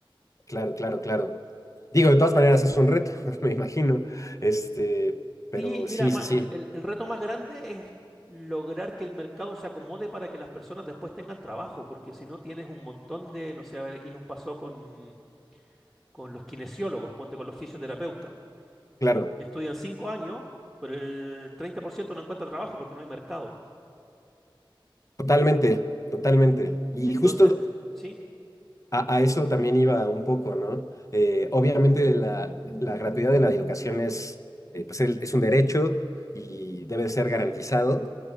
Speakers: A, on the left; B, in the centre.
A: Claro, claro, claro. Digo, de todas maneras es un reto, <laughs> me imagino. Este, pero
B: Sí, mira,
A: sí,
B: ma-
A: sí, sí,
B: el, el- el reto más grande es lograr que el mercado se acomode para que las personas después tengan trabajo, porque si no tienes un montón de, no sé, a ver, aquí nos pasó con, con los kinesiólogos, ponte con los fisioterapeutas.
A: claro,
B: estudian cinco años, pero el 30% no encuentra trabajo porque no hay mercado.
A: totalmente, totalmente. Y
B: Entonces,
A: justo
B: sí,
A: A, a eso también iba un poco, ¿no? Eh, obviamente la, la gratuidad de la educación es, eh, pues el- es un derecho y debe ser garantizado,